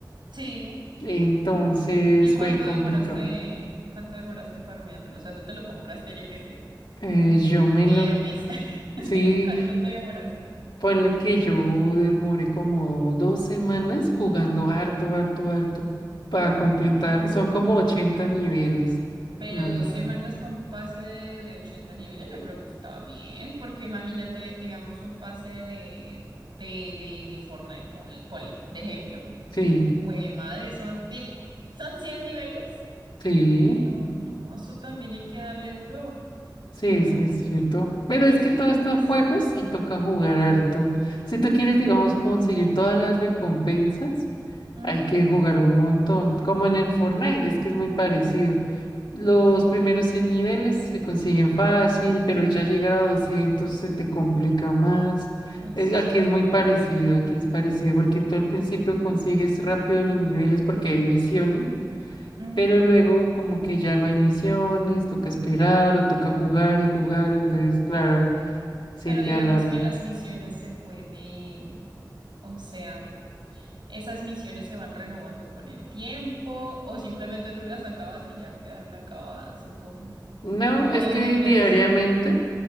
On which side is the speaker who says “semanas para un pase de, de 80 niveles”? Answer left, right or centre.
Right